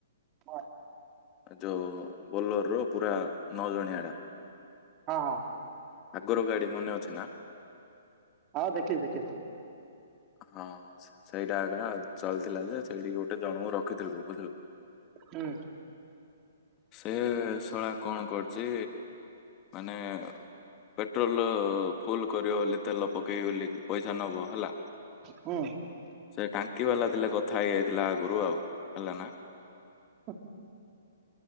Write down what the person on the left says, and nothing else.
ଯୋଉ ବୋଲର ର ପୁରା ନଅ ଜଣିଆ।
ଆଗରୁ ଗାଡି ମନେ ଅଛି ନା।
ହଁ ସେଇଟା ଆ ଚାଲିଥିଲା ଯେ ସେଇଠିକି ଗୋଟେ ଜଣଙ୍କୁ ରଖିଥିଲୁ ବୁଝିଲୁ।
ସେ ଶଳା କଣ କରୁଛି। ମାନେ ପେଟ୍ରୋଲ ଫୁଲ କରିବ ବୋଲି ତେଲ ପକେଇ ଗଲି। ପଇସା ନବ ହେଲା।
ସେ ଟାଙ୍କି ବାଲା ଥିଲେ କ କଥା ହେଇଯାଇଥିଲା ଆଗୁରୁ ଆଉ ହେଲା ନା।